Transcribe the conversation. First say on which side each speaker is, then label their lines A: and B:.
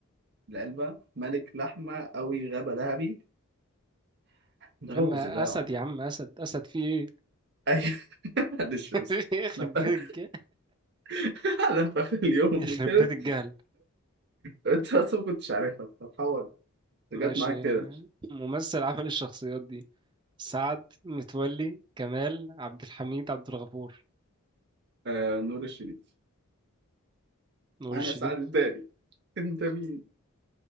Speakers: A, on the right; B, on the right.
A: العلبة ملك لحمة أوي غابة ذهبي ده
B: يا
A: لغز
B: عم أسد
A: ده يا عم
B: يا عم أسد أسد في إيه؟
A: أيوه <laughs> معلش
B: <laughs>
A: بس
B: يخرب
A: أنا ف-
B: بيت الج-
A: <laughs> أنا في آخر اليوم
B: يخرب
A: وكده
B: بيت الجهل
A: أنت أصلا ما كنتش عارفها بتتحول أنت
B: ماشي
A: جت معاك كده
B: ممثل عمل الشخصيات دي سعد متولي كمال عبد الحميد عبد الغفور
A: آه نور الشريف
B: نور
A: أنا
B: الشريف
A: سعد الدالي أنت مين؟